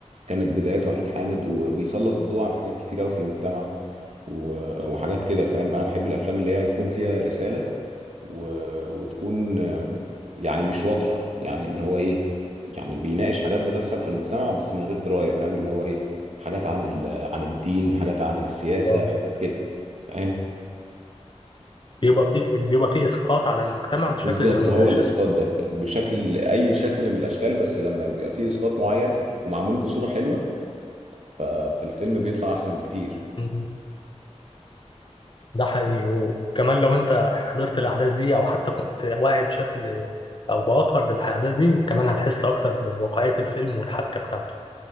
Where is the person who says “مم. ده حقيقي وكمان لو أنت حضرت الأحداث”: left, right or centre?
Left